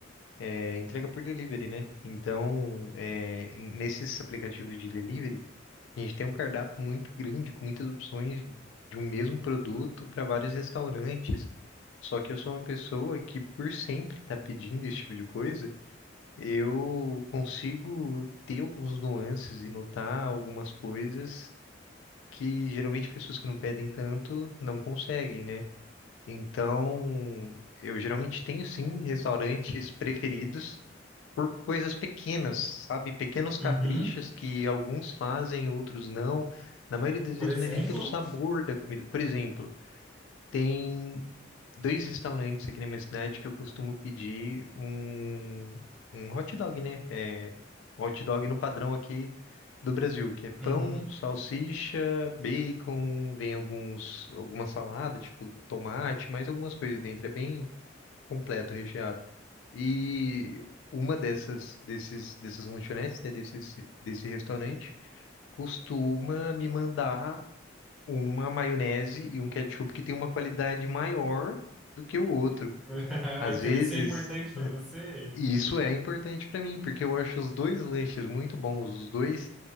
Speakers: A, on the left; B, in the centre.
A: é entrega por delivery, né? Então, é, em- nesses aplicativos de delivery, a gente tem um cardápio muito grande, com muitas opções de um mesmo produto para vários restaurantes. Só que eu sou uma pessoa que, por sempre estar pedindo esse tipo de coisa, eu consigo ter alguns nuances e notar algumas coisas que geralmente pessoas que não pedem tanto não conseguem, né? Então, eu geralmente tenho sim restaurantes preferidos por coisas pequenas, sabe? Pequenos caprichos
B: Uhum.
A: que alguns fazem, outros não. Na maioria das
B: Por
A: vezes
B: exemplo?
A: não é nem pelo sabor da comida. Por exemplo, tem dois restaurantes aqui na minha cidade que eu costumo pedir um, um hot dog, né? É, hot dog no padrão aqui do Brasil, que é
B: Uhum.
A: pão, salsicha, bacon, vem alguns, alguma salada, tipo tomate, mais algumas coisas dentro. É bem completo, recheado. E uma dessas desses dessas lanchonetes, né, desses desse restaurante, costuma me mandar uma maionese e um ketchup que tem uma qualidade maior do que o outro.
B: <laughs>
A: Às
B: Então
A: vezes
B: isso é importante pra você?
A: e isso é importante pra mim, porque eu acho os dois lanches muito bons, os dois